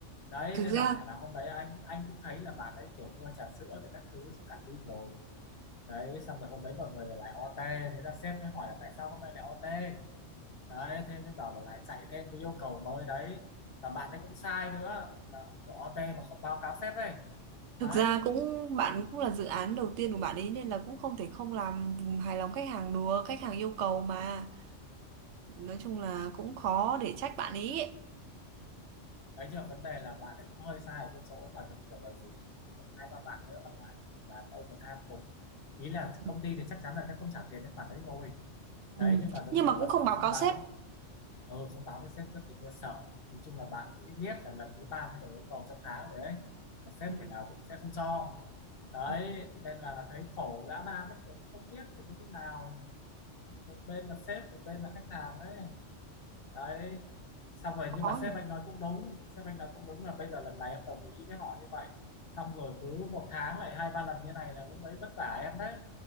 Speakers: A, on the left (about 50°); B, on the right (about 75°).
A: đấy
B: thực
A: nên
B: ra
A: là khả năng hôm đấy anh anh cũng thấy là bạn ấy kiểu mua trà sữa rồi các thứ cho cả team rồi đấy xong rồi hôm đấy mọi người lại OT thế là sếp mới hỏi là tại sao hôm nay lại OT đấy thế mới bảo là lại chạy thêm cái yêu cầu mới đấy và bạn ấy cũng sai nữa là kiểu OT mà không báo cáo sếp ấy đấy
B: Thực ra cũng bạn cũng là dự án đầu tiên của bạn ấy nên là cũng không thể không làm hài lòng khách hàng được, khách hàng yêu cầu mà. Nói chung là cũng khó để trách bạn ấy. ấy.
A: đấy nhưng mà vấn đề là bạn ấy cũng hơi sai ở cái chỗ mà giống kiểu là dù kiểu hai ba bạn nữa ở lại kiểu làm overtime cùng ý là
B: Ừ.
A: công ty thì chắc chắn là sẽ không trả tiền cái khoản đấy rồi
B: Ừ.
A: đấy nhưng mà giống
B: Nhưng
A: kiểu
B: mà
A: là
B: cũng không
A: kiểu
B: báo
A: không
B: cáo
A: báo
B: sếp.
A: ừ, không báo với sếp trước thì như sợ nói chung là bạn cũng biết là lần thứ ba thay đổi yêu cầu trong tháng rồi đấy mà sếp
B: Ừ.
A: thế nào cũng sẽ không cho đấy
B: Ừ.
A: nên là thấy khổ dã man đấy kiểu không biết phải như thế nào một bên là sếp một bên là khách hàng ấy đấy xong rồi nhưng
B: Khó
A: mà
B: nhỉ.
A: sếp anh nói cũng đúng sếp anh nói cũng đúng là bây giờ lần này em đồng ý với họ như vậy xong rồi cứ một tháng lại hai ba lần như này là lúc đấy vất vả em đấy